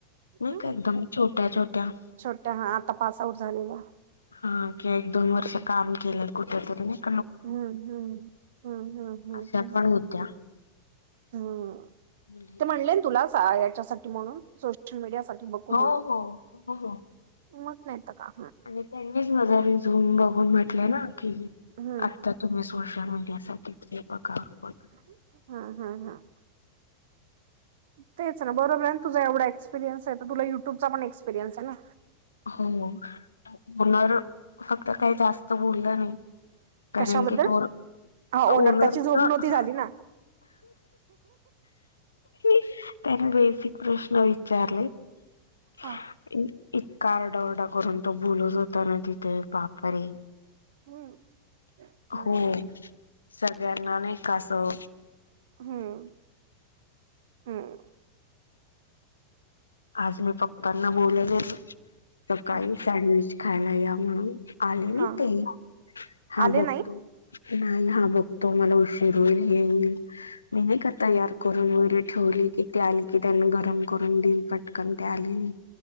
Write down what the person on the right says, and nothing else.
हम्म.
छोट्या हां आता पासआउट झालेल्या.
हम्म हम्म, हम्म हम्म हम्म
हम्म हम्म.
हम्म
ते म्हणले न तुला याच्यासाठी म्हणून सोशल मीडिया साठी बघू
म्हणून
मग नाही तर का?
हम्म,
हम्म हम्म हम्म. तेच ना बरोबरं आहे ना तुझा एवढा एक्सपिरयन्स आहे तर तुला यू ट्यूबचा पण एक्सपिरियनस आहे ना.
कशाबद्दल
ऑनर
त्याची झोप
नव्हती
झाली ना!
हा.
हम्म, हम्म,
हम्म हम्म.
हम्म.
हा
आले
नाही